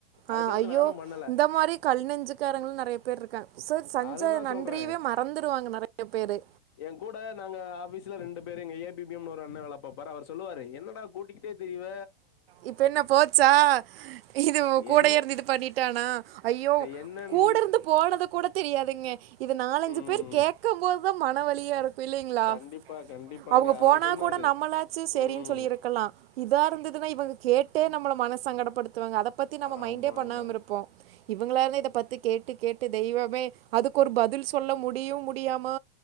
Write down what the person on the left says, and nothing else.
அதுக்கடுத்து
நானு பண்ணல
அதுதா
சொல்றே
எ கூட நாங்க ஆபீ ரெண்டு பேரு எங்க ஏபி பி எம் னு ஒரு அண்ண வேல பாப்பார் அவர் சொல்லுவாரு என்னடா கூட்டிக்கிட்டே திரீவ
என்ன
என்னன்
ம்
கண்டிப்பா கண்டிப்பாங்க
அவர்
சொன்னாரு
ம்
ஆமா
ஆமாங்க